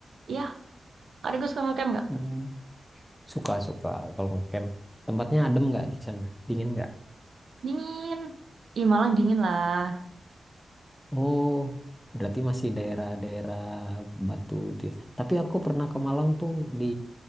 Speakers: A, on the right; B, in the centre.
A: Iya, Kak Diego suka ngetem nggak?
B: Hmm. Suka suka kalau ngecamp. Tempatnya adem nggak di sana? Dingin nggak?
A: Dingin. Ih, Malang dingin lah.
B: Oh berarti masih daerah-daerah Batu itu ya. Tapi aku pernah ke Malang tuh di